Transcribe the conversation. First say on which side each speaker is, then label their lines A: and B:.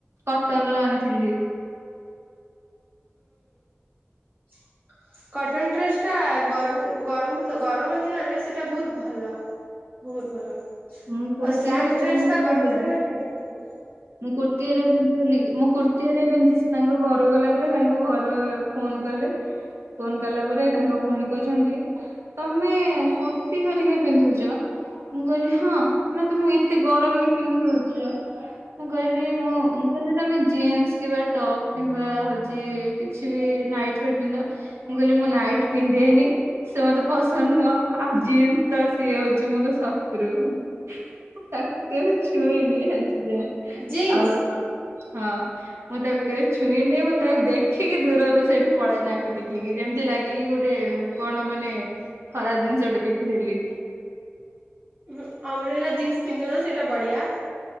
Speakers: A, on the right (about 75°); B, on the right (about 50°).
A: କଟନ୍ ଲ ଆଣିଥିଲି। <unintelligible>
B: <unintelligible> କଟନ୍ ଡ୍ରେସ୍ ଟା ଗରମି- ଗରମ- ଗରମ୍ ଦିନରେ ସେଟା ବହୁତ୍ ଭଲ। ବହୁତ୍ ଭଲ ଆଉ
A: ମୁଁ କୁର୍ତ୍ତି
B: ସ୍ଲାକ୍
A: ହେରିକା
B: ଡ୍ରେସ୍
A: ପିନ୍ଧୁଛି
B: ଟା
A: ବୋଲିକି
B: ଗରମ୍ ଦିନରେ ପିନ୍ଧିପାରିବନି।
A: ମୁଁ କୁର୍ତ୍ତିୀ ହେରା ପିନ୍ଧଚି ବୋଲିକି ମୁଁ କୁର୍ତ୍ତୀ ହେରା ପିନ୍ଧିଚି ସେ ତାଙ୍କ ଘର ଗଲାକୁ ଗଲା ପରେ ତାଙ୍କ ଘର ଫୋନ୍ କଲେ ଫୋନ୍ କଲା ପରେ ତାଙ୍କ ଭଉଣୀ କହୁଚନ୍ତି ତମେ କୁର୍ତ୍ତି ହରିକା ପିନ୍ଧୁଚ ମୁଁ କହିଲି ହଁ ନା ତୁମେ ଏତେ ଗରମ୍ ରେ ପିନ୍ଧିପାରୁଚ ମୁଁ କହିଲି ମୁଁ ମୁଁ କହିଲି ତମେ ଜିନ୍ସ୍ କିବା ଟପ୍ କିମ୍ବା ହଉଚି କିଛି ବି ନାଇଟ୍ ଫାଇଟ୍ ପିନ୍ଧ ମୁଁ କହିଲି ମୁଁ ନାଇଟ୍ ପିନ୍ଧେନି। ସେ ମତେ ପସନ୍ଦ୍ ନୁହଁ ଆଉ ଜିନ୍ସ ତ ସିଏ ହଉଚି ମୋର ଶତ୍- ଶତ୍ରୁ ମୁଁ ତାକୁ କେବେ ଛୁଇଁନି ଆଜି ଯାଏ
B: ଜିନ୍ସ
A: ଆଉ ହଁ। ମୁଁ ତାକୁ କେବେ ଛୁଇଁନି ମୁଁ ତାକୁ ଦେଖିକି ଦୂରରୁ ସେଇଠୁ ପଳାଏ ନାକ ଟେକିକି ଯେମିତି ଲାଗେ କି ଗୋଟେ କଣ ମାନେ ଖରାପ୍ ଜିନ୍ଷ ଟେ ଦେଖିଦେଲି।
B: ଉଁ- ହୁଁ ଅମରେଲା ଜିନ୍ସ ପିନ୍ଧୁନ ସେଟା ବଢ଼ିଆ।